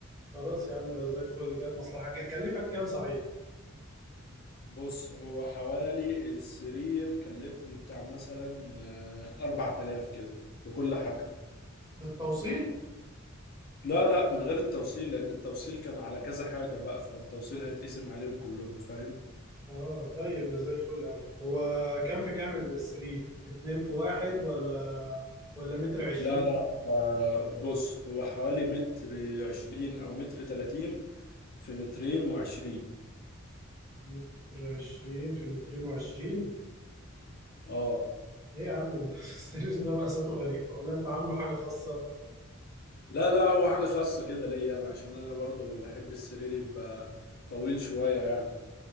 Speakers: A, on the right; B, on the left.
A: خلاص يا عم ده زي الفل جاب مصلحة جا- كلفك كام صحيح
B: بص هو حوالي السرير كلفني بتاع مثلا أربع تلاف كده بكل حاجته
A: بالتوصيل
B: لا لا من غير التوصيل لأن التوصيل كان على كذا حاجة بقى فالتوصيل هيتقسم عليهم كلهم فاهم
A: اه طيب ده زي الفل قوي هو كام في كام السرير اتنين في واحد ولا ولا متر عشرين
B: لا لا آه، بص هو حوالي متر عشرين أو متر تلاتين في مترين وعشرين
A: متر عشرين في مترين وعشرين
B: اه
A: ايه يا عم <laughs> السرير ده مقاساته غريبة ولا انت عامله حاجة خاصة
B: لا لا هو حاجة خاصة كده ليا أنا عشان أنا برضو بحب السرير يبقى طويل شوية يعني